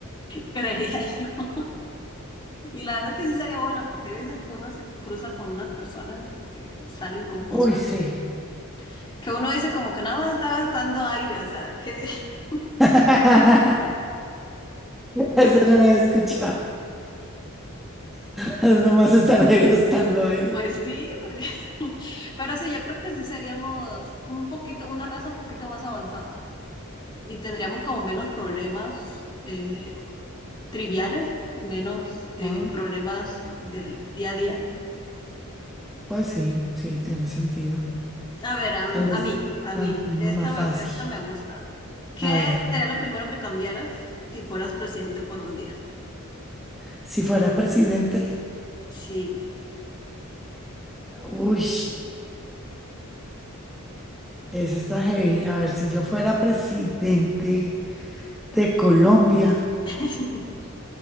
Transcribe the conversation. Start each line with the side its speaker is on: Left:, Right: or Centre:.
Left: creería yo. Y la verdad es que sí sería bueno, porque hay veces que uno se cruza con unas personas que salen con cosas
Centre: Uy, sí.
Left: bien, que uno dice como que nada más está gastando aire, o sea, que <laughs>
Centre: <laughs> Eso no lo había escuchado. <laughs> Nomás están ahí gastando aire.
Left: pues sí, porque- <laughs> pero sí, yo creo que sí seríamos un poquito, una raza un poquito más avanzada y tendríamos como menos problemas. eh, triviales, menos eh,
Centre: Ah,
Left: problemas del día a día.
Centre: Pues sí, sí, tiene sentido.
Left: A ver, a, a
Centre: Tal vez
Left: mí, a
Centre: lo
Left: mí,
Centre: haremos
Left: esta
Centre: más
Left: me,
Centre: fácil.
Left: esta me gusta. ¿Qué
Centre: A ver,
Left: sería lo primero que cambiaras si fueras presidente por un día?
Centre: si fuera presidente,
Left: Sí.
Centre: uy. Eso está heavy. A ver, si yo fuera presidente de Colombia,
Left: <laughs>